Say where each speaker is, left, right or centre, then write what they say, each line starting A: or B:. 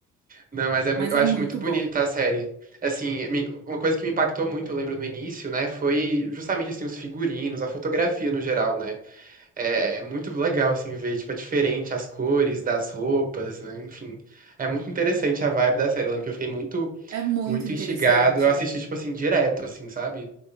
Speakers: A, on the right; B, on the right.
A: Não, mas é,
B: Mas
A: mui- eu
B: é
A: acho
B: muito
A: muito bonita
B: bom.
A: a série. Assim, me- uma coisa que me impactou muito, eu lembro no início, né, foi justamente assim, os figurinos, a fotografia no geral, né? É, é muito legal assim ver, tipo, é diferente as cores das roupas, né? Enfim, é muito interessante a vibe da série. Eu lembro que eu fiquei muito,
B: É muito
A: muito
B: interessante.
A: instigado. Eu assisti tipo assim direto, assim, sabe?